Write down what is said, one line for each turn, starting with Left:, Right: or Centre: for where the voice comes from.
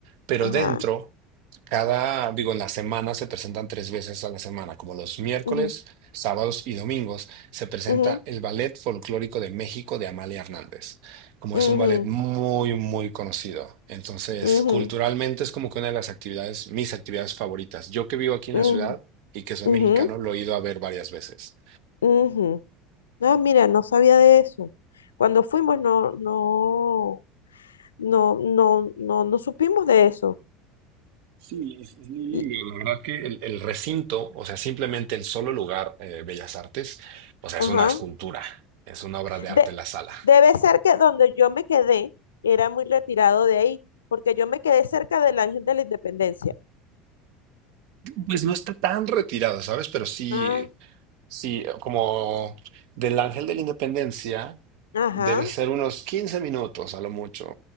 Right: pero
Left: ajá.
Right: dentro, cada, digo, en la semana se presentan tres veces a la semana, como los miércoles,
Left: Ujú,
Right: sábados y domingos, se presenta
Left: ujú,
Right: el Ballet Folclórico de México de Amalia Hernández, como
Left: ujú,
Right: es un ballet muy, muy conocido. Entonces,
Left: ujú,
Right: culturalmente es como que una de las actividades, mis actividades favoritas. Yo que vivo aquí en la
Left: ujú,
Right: ciudad y que soy
Left: ujú,
Right: mexicano, lo he ido a ver varias veces.
Left: ujú. Ah, mira, no sabía de eso. Cuando fuimos no, no, no, no, no, no supimos de eso.
Right: Sí, es, es muy lindo.
Left: Y,
Right: La verdad que el, el recinto, o sea, simplemente el solo lugar, eh, Bellas Artes, o sea,
Left: ajá.
Right: es una escultura, es una obra de
Left: De-
Right: arte la sala.
Left: debe ser que donde yo me quedé era muy retirado de ahí, porque yo me quedé cerca del Ángel de la Independencia.
Right: Pues no está tan retirada, ¿sabes? Pero sí,
Left: Ah.
Right: sí, como del Ángel de la Independencia,
Left: Ajá.
Right: debe ser unos 15 minutos a lo mucho.